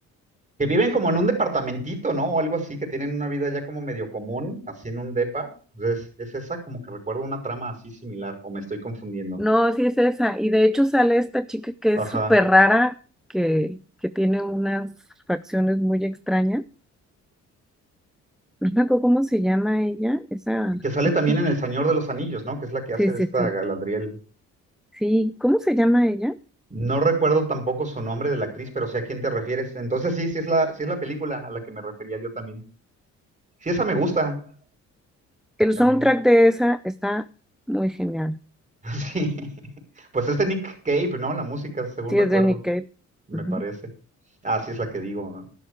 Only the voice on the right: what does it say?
Que viven como en un departamentito, ¿no? O algo así, que tienen una vida ya como medio común, así en un depa. Entonces, es esa como que recuerdo una trama así similar, o me estoy confundiendo.
Ajá.
Que sale
también en El Señor de los Anillos, ¿no? Que es la que
hace
de esta
Galadriel.
No recuerdo tampoco su nombre de la actriz, pero sé a quién te refieres. Entonces sí, sí es la, sí es la película a la que me refería yo también. Sí, esa me gusta
también.
<laughs> Sí. Pues es de Nick Cave, ¿no? La música, según
recuerdo,
me
parece. Ah, sí es la que digo, ¿no?